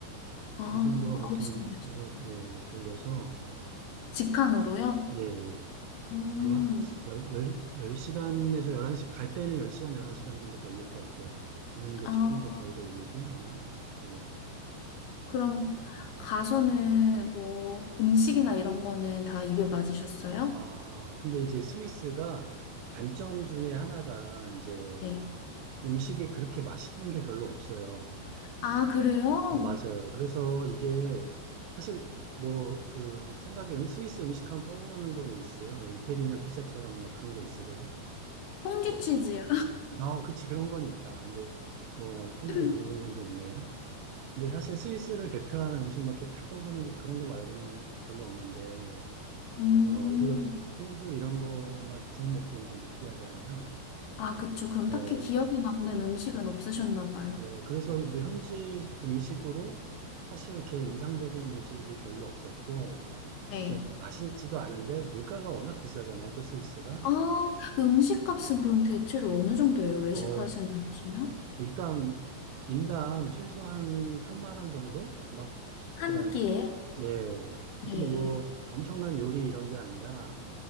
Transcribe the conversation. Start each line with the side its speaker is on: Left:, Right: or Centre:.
Left: 아,
Right: 이 정도가 보통
Left: 9시간, 시간
Right: 유럽에 걸려서,
Left: 직항으로요?
Right: 예, 예.
Left: 음,
Right: 아마 10, 시간에서 11시, 갈 때는 10시간, 11시간 정도 걸릴 것 같아요. 오는 게
Left: 아,
Right: 조금 더 덜 걸리고, 아마. 어.
Left: 그럼 가서는 뭐 음식이나 이런 거는 다 입에 맞으셨어요?
Right: 아, 근데 이제 스위스가 단점 중에 하나가 이제
Left: 네.
Right: 음식이 그렇게 맛있는 게 별로 없어요.
Left: 아, 그래요?
Right: 맞아요. 그래서 이게 사실 뭐 그 생각에 음- 스위스 음식하면 떠오르는 거 뭐 있으세요? 뭐 이태리면 피자처럼 막 그런 거 있으세요?
Left: 퐁듀
Right: 어,
Left: 치즈요?
Right: 아, 그치 그런 건 있다. 이제 뭐 퐁듀
Left: <laughs>
Right: 그런 정도 있네요. 근데 사실 스위스를 대표하는 음식 막 이렇게 탁 떠오르는 게 그런 거 말고는 별로 없는데
Left: 음,
Right: 어 우리가 퐁듀 이런 거만 계속 먹기는 좀 느끼하잖아요.
Left: 아, 그쵸. 그럼
Right: 네,
Left: 딱히 기억에 남는 음식은 없으셨나 봐요.
Right: 네, 그래서 뭐 현지 음식으로 사실 이렇게 인상적인 음식이 별로 없었고.
Left: 네.
Right: 이게 맛있지도 않은데 물가가 워낙 비싸잖아요. 또 스위스가.
Left: 아, 음식 값은 그럼 대체로 어느 정도예요? 외식하신다
Right: 어,
Left: 하시면?
Right: 일단 인당 최소한 3만 원 정도? 막
Left: 한
Right: 그러니까
Left: 끼예요?
Right: 예.
Left: 네,
Right: 이게 뭐 엄청난 요리 이런 게 아니라